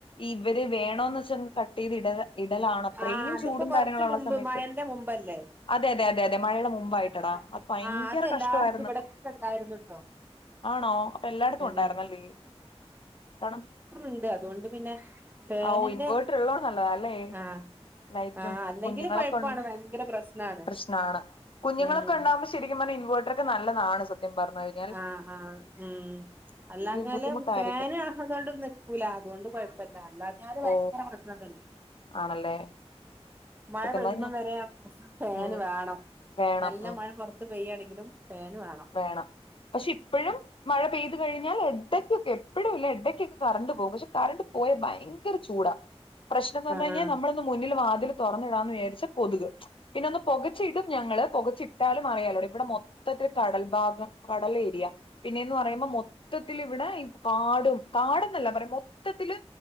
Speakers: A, on the left (about 55°); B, on the right (about 20°).
A: ഇവര് വേണോന്ന് വെച്ച് കട്ട്യ്തി ഇടല്ല ഇടലാണോ അത്രയും
B: ആഹ് അതിപ്പോ
A: ചൂടും കാര്യങ്ങളുള്ള
B: കൊറച്ച് മുമ്പ്
A: സമയത്ത്.
B: മഴന്റെ മുമ്പല്ലേ
A: അതെ അതെ അതെ അതെ മഴയുടെ മുമ്പായിട്ടെടാ
B: ആഹ്
A: അത് ഭയങ്കര
B: ആഹ് അത് എല്ലായിടത്തും
A: കഷ്ടവയിരുന്നു.
B: ഇവിടൊക്കെ ഉണ്ടായിരുന്നുട്ടോ
A: ആണോ അപ്പ എല്ലായിടത്തും
B: ഉം
A: ഉണ്ടായിരുന്നല്ലെ
B: ഉം
A: കണം
B: ണ്ട് അതോണ്ട് പിന്നെ. ഫാനിന്റെ
A: അ ഒ ഇൻവേർട്ടർ ഉള്ളോള് നല്ലതാല്ലേ.
B: ആഹ്
A: ലൈറ്റും
B: ആഹ് അല്ലെങ്കില്
A: കുഞ്ഞുങ്ങളൊക്കെ
B: കൊഴപ്പാണ്
A: ഉണ്ട
B: ഭയങ്കര പ്രശ്നാണ്
A: പ്രശ്ണാണ് കുഞ്ഞുങ്ങളൊക്കെ
B: ഉം
A: ഉണ്ടാവു ക്ഷേ ശരിക്കും പറഞ്ഞ ഇൻവെട്ടെർ ക് നല്ലതാണ് <unintelligible> പറഞ്ഞ <unintelligible>
B: ആഹ ആഹ് ഉം അല്ലാഞ്ഞാല്
A: ബുദ്ധിമുട്ടായിരിക്കും
B: ഫേന്. അതൊണ്ട് നിക്കൂല അതൊണ്ട് കൊഴപ്പില്ല അല്ല ഞാല് ഭയങ്കര
A: ഓ
B: പ്രശ്ന തന്നെ.
A: ആണല്ലേ
B: മഴ
A: സത്യം
B: പെയ്യുമ്പം
A: പറഞ്ഞാ
B: വരെ ഫാന്
A: ഉം
B: വേണം.
A: വേണം
B: നല്ല
A: ഉം
B: മഴ പെറ ത്ത്‌ പെയ്യാണെങ്കിലും ഫേന് വാണം
A: വാണം പക്ഷേ ഇപ്പഴും മഴ പെയ് കഴിഞ്ഞാൽ എടക്കക്കെ എപ്പോഴും ഇല്ല എടയ്ക്കൊക്കെ കറണ്ട് പോകും. പക്ഷേ കറണ്ട് പോയാ ഭയങ്കര ചൂടാ. പ്രശ്നം എന്ന് പറഞ്ഞഴിഞ്ഞാൽ
B: ആഹ് ആഹ്
A: നമ്മളിന്ന് മുന്നിൽ വാതിൽ തുറന്നിടാന്ന് വിചാരിച്ച കൊതുക്. പിന്നെ ഒന്ന് പൊകച്ചിടും ഞങ്ങള് പൊകച്ചിട്ടാലും അറിയാലോ ഇവിടെ മൊത്തത്തി കടൽ ഭാഗം കടൽ ഏരിയ പിന്നെയന്ന് പറയുമ്പോ മൊത്തത്തില് ഇവിടെ ഈ കാടും കാട്ന്നല്ല പറയു മൊത്തത്തില്